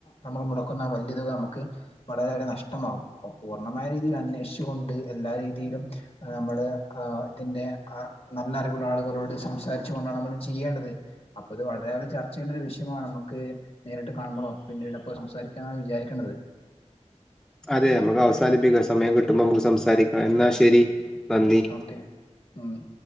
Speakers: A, on the left; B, in the centre.
A: നമ്മള് മുടക്കുന്ന ആ വല്യ തുക നമുക്ക് വളരെയേറെ നഷ്ടമാകും അപ്പൊ പൂർണ്ണമായ രീതിയിൽ അന്വേഷിച്ചു കൊണ്ട് എല്ലാ രീതിയിലും ആ നമ്മള് ആ ഇതിന്റെ ആ നല്ല അറിവുള്ള ആളുകളോട് സംസാരിച്ചു കൊണ്ടാണ് നമ്മള് ചെയ്യേണ്ടത് അപ്പൊ ഇത് വളരെ ഒരു ചർച്ച ചെയ്യേണ്ട ഒരു വിഷയമാണ് നമക്ക് നേരിട്ട് കാണുമ്പളോ പിന്നീട് എപ്പോ സംസാരിക്കാന്ന് വിചാരിക്കേണ്ടത്
B: അതെ അമക്ക് അവസാനിപ്പിക്കാം സമയം കിട്ടുമ്പോ അമുക്ക് സംസാരിക്കാം എന്നാ ശരി നന്ദി
A: ഓക്കെ നന്ദി